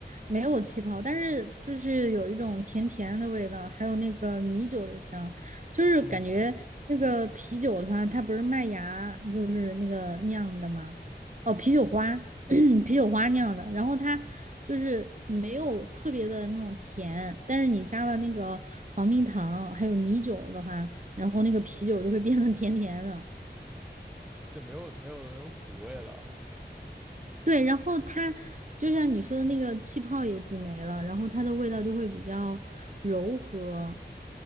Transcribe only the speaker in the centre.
嗯，
就没有没有那种苦味了哈，